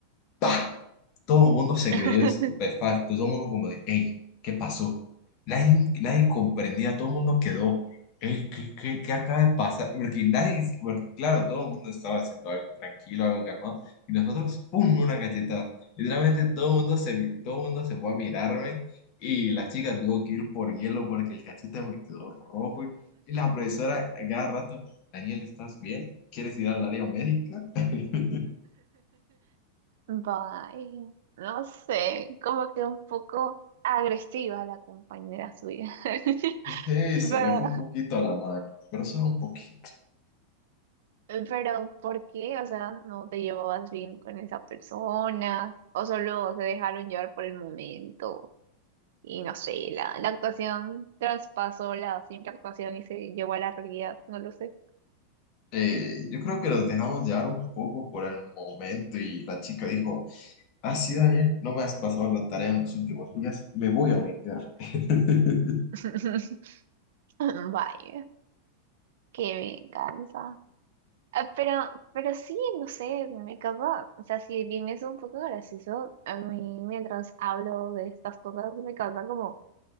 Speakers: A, on the left (about 40°); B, on the right (about 55°).
A: ¡Pah! Todo el mundo se
B: <laughs>
A: quedó estupefacto, todo el mundo como de, hey, ¿qué pasó? Nadie, nadie comprendía, todo el mundo quedó, hey, ¿qué, qué, qué acaba de pasar? Porque nadie, porque claro, todo el mundo estaba haciendo algo tranquilo, algo calmado, y nosotros, ¡pum!, una galletada. Literalmente todo el mundo se, todo el mundo se fue a mirarme y la chica tuvo que ir por hielo porque el cachete me quedó rojo y y la profesora a cada rato, Daniel, ¿estás bien? ¿Quieres ir al área médica? <laughs>
B: Bye. No sé, como que un poco agresiva la compañera suya. <laughs>
A: Sí, se
B: Pero,
A: le fue un poquito la mano, pero solo un poquito.
B: pero, ¿por qué? O sea, ¿no te llevabas bien con esa persona? ¿O solo se dejaron llevar por el momento? Y no sé, la, la actuación traspasó la simple actuación y se llevó a la realidad, no lo sé.
A: Eh, yo creo que los dejamos llevar un poco por el momento y la chica dijo, ah, sí, Daniel, no me has pasado la tarea en los últimos días, me voy a vengar. <laughs>
B: <laughs> Vaya, qué venganza. Ah, Pero, pero sí, no sé, me causa, o sea, si bien es un poco gracioso, a mí mientras hablo de estas cosas me causa como